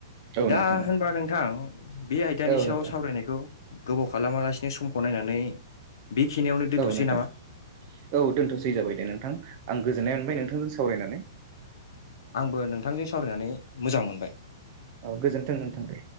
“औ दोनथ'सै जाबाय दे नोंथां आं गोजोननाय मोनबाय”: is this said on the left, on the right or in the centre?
Right